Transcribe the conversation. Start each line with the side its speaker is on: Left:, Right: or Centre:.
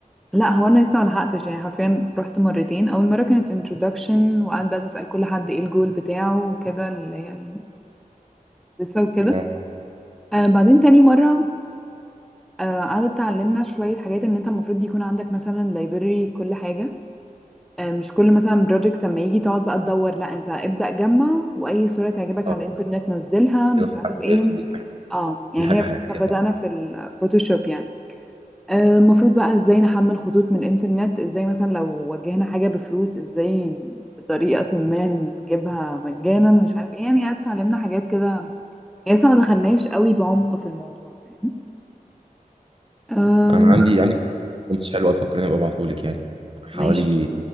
Centre: لا هو انا لسه ملحقتش يعني حرفيا رحت مرتين اول مره كانت introduction وقعدت بقى تسال كل حد ايه الجول بتاعه وكده اللي هي ال- لسه وكده
Right: آه،
Centre: آه بعدين تاني مره آه قعدت تعلمنا شويه حاجات ان انت المفروض يكون عندك مثلا library كل حاجه آه مش كل مثلا بروجكت لما يجي تقعد بقى تدور لا انت ابدا جمع واي صوره تعجبك
Right: آه،
Centre: على الانترنت نزلها مش
Right: كده
Centre: عارف
Right: بتاع
Centre: ايه
Right: كويس، دي حاجة
Centre: اه يعني
Right: دي حاجة
Centre: هي
Right: حقيقية
Centre: احنا بدانا
Right: فعلا.
Centre: في الفوتوشوب يعني آه، المفروض بقى ازاي نحمل خطوط من الانترنت ازاي مثلا لو واجهنا حاجة بفلوس ازاي بطريقة ما نجيبها مجانا مش عارف ايه يعني اتعلمنا حاجات كده لسه ما دخلناش قوي بعمق في الموضوع فاهم أم
Right: أنا عندي عندي كونتس حلوة أوي، فكرني أبقى أبعتهولك يعني حوالي
Centre: ماشي